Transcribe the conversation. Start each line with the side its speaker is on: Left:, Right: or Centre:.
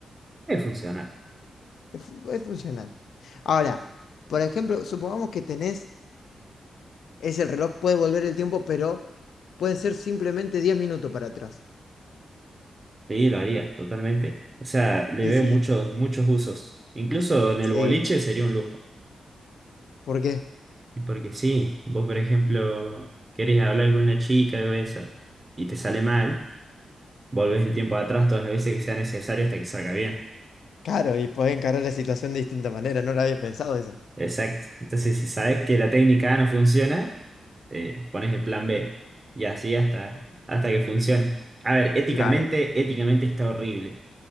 Right: es funcionar.
Left: Es, fu- es funcional. Ahora, por ejemplo, supongamos que tenés, es el reloj, puede volver el tiempo, pero pueden ser simplemente 10 minutos para atrás.
Right: Sí, lo haría, totalmente. O sea, le
Left: Y
Right: veo
Left: si,
Right: muchos, muchos usos. Incluso en
Left: sí,
Right: el boliche sería un lujo.
Left: ¿por qué?
Right: Y porque sí, vos, por ejemplo, querés hablar con una chica o eso, y te sale mal, volvés el tiempo atrás todas las veces que sea necesario hasta que salga bien.
Left: Claro, y podés encarar la situación de distinta manera, no lo había pensado eso.
Right: Exacto. Entonces, si sabes que la técnica A no funciona, eh, pones el plan B y así hasta, hasta que funcione. A ver, éticamente,
Left: Claro,
Right: éticamente está horrible,